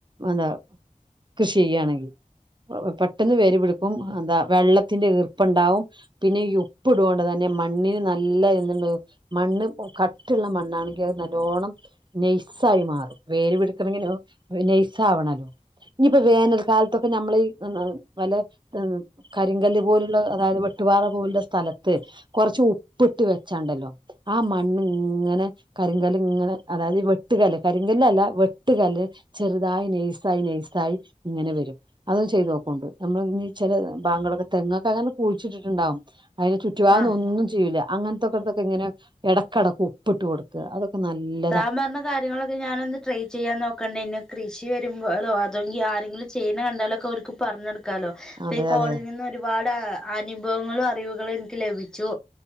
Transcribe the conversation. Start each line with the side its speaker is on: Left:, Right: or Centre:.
Right: എന്താ കൃഷി ചെയ്യാണെങ്കി പെട്ടെന്ന് വേര്പിടിക്കും എന്താ വെള്ളത്തിന്റെ ഈർപ്പണ്ടാവും പിന്നെ ഈ ഉപ്പ് ഇടോണ്ടെന്നെ മണ്ണിന് നല്ല എന്ത്‌ണ്ടാവും മണ്ണ് ഇപ്പോ കട്ടിള്ള മണ്ണാണെങ്കിൽ അത് നല്ലോണ്ണം നെയ്സായി മാറും വേര് പിടി പിടിക്കണെങ്കില് നെയ്സാവണല്ലോ ഇനിപ്പോ വേനൽ കാലത്തൊക്കെ നമ്മള് ഈഹ് പല ഈഹ് കരിങ്കല് പോലുള്ള അതായത് വെട്ടുപാറ പോലുള്ള സ്ഥലത്ത് കൊറച്ച് ഉപ്പ്ട്ട് വെച്ചാണ്ടല്ലോ ആഹ് മണ്ണ് ഇങ്ങനെ കരിങ്കല് ഇങ്ങനെ അതായത് വെട്ടുകല് കരിങ്കല് അല്ല വെട്ട് വെട്ട്കല് ചെറുതായി നെയ്സായി നെയ്സായി ഇങ്ങനെ വെരും അതും ചെയ്തോകോണ്ടു നമ്മള് ഇഞ്ഞി ചില ബാഗങ്ങള്ളൊക്കെ തെങ്ങൊക്കെങ്ങനെ കുഴിച്ചിട്ട്ട്ട്ണ്ടാവും അയ്ന് ചുറ്റുഭാഗന്നൊന്നും
Centre: ആഹ്
Right: ചെയൂല അങ്ങനത്തെട് ക്കെട്ത്തൊക്കെ ഇങ്ങനെ എടകടക്ക് ഉപ്പിട്ട് കൊട്ക്ക അതൊക്കെ അഹ് നല്ല
Centre: താൻ പറ്ഞ്ഞ കാര്യങ്ങളൊ ഇത് ഞാനൊന്ന് ട്രൈ ചെയ്യാൻ <unintelligible> നോക്കണ്ടേനു കൃഷി വരുമ്പോ അതെങ്കി ആരെങ്കിലും ചെയ്യണ കണ്ടാലൊക്കെ അവർക്ക് പറഞ്ഞൊടു ക്കാലോ ഇപ്പൊ
Right: അതെ
Centre: ഈ കോള്നിന്ന്‌
Right: അതെ
Centre: ഒരുപാട് അനുഭവങ്ങളും അറിവുകളും എനിക്ക് ലഭി ച്ചു